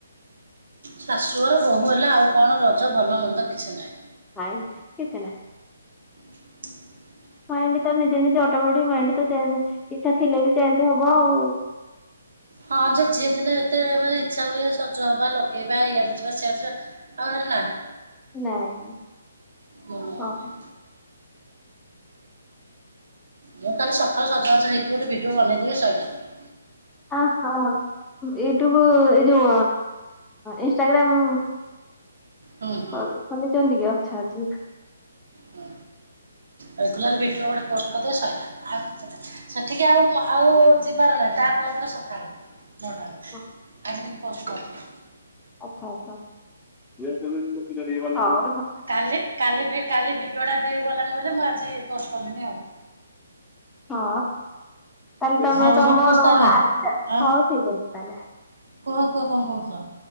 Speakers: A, on the right; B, in the centre.
A: ଶାଶୂଘର ବୋହୂ ହେଲ ଆଉ କଣ ରଜ ଭଲ ମନ୍ଦ କିଛି ନାହିଁ।
B: ନାଇଁ ନା କିଛି ନାହିଁ।
A: <inaudible>
B: ମାଇଣ୍ଡ ତ ନିଜେ ନିଜେ ଅଟମେଟିକ ମାଇଣ୍ଡ ତ ଚେଞ୍ଜ ଇଛା ଥିଲେ ବି ଚେଞ୍ଜ ହବ ଆଉ।
A: ହଁ ଯେ ଝିଏ ଦିନେ ସେତେବେଳେ ମାନେ ଇଛା ହୁଏ ସଜ ହବା ଲଗେଇବା ଇଆଡେ ଯିବା ସିଆଡ ଯିବା। ଆଉ ହେରା ନାହିଁ।
B: ନାଇଁଁ
A: ମନ
B: ହଁ।
A: ନାହିଁ। ମୁଁ ଖାଲି ସକାଳୁ ସଜ ବାଜ ହେଇକି ଗୋଟେ ଭିଡିଓ ବନେଇଦେବି ସଇଲା ମର।
B: ଅ ହଁ ୟୁଟ୍ୟୁବ ଏଇ ଯୋଉ ଇନ୍ଷ୍ଟାଗ୍ରାମ
A: ହୁଁ ହୁଁ।
B: ହଉ ଖୋଲିଚନ୍ତି କି ଆଛା ଆଛା ଯି
A: ହୁଁ ରେଗୁଲାର ଭିଡିଓ ଗୋଟେ ପୋଷ୍ଟ କଦେବେ ସଇଲା ଆଉ କିଛି ନା। ସେଠିକି ଆଉ ଆଉ ଯିବାର ନାଇଁ ତା ପରଦିନ ସଖାଳ। ନଅଟା ଓଲୁକୁ,
B: ଆଚ୍ଛା।
A: ଆଜି କିନ୍ତୁ ପୋଷ୍ଟ କରନି।
B: ଆଛା, ଆଛା ଝୀଅ ଛୁଆ ସ୍କୁଟି ଚଢିବନି ହଉ।
A: କାଲି କାଲି କାଲି ଭିଡିଓ ଟା ଭିଉ ଗଲାନି ବୋଲି ମୁଁ ଆଜି ପୋଷ୍ଟ କଲିିନି ଆଉ।
B: ହଁ ତାହେଲେ ତମେ
A: ହଉ
B: ତମ
A: ରଖୁଛି ତାହେଲେ
B: ଆସ
A: ଆ
B: ହଉ ଠିକ ଅଛି ତାହେଲେ।
A: କୁହ କୁହ କଣ କହୁଥୁଲ?